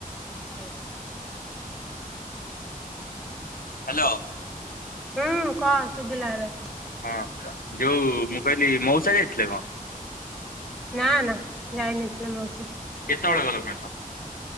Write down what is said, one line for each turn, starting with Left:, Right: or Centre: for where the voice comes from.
Centre: ଆମ ଏ <unintelligible>
Left: ହାଲୋ।
Centre: ହୁଁ କହ ଶୁଭିଲା ଏବେ।
Left: ହଁ ଯୋଉ ମୁଁ କହିଲି ମଉସା ଯାଇଥିଲେ କ।
Centre: ନା ନା ଯାଇନଥିଲେ ମଉସା।
Left: କେତେବେଳେ ଗଲ ପାଠ?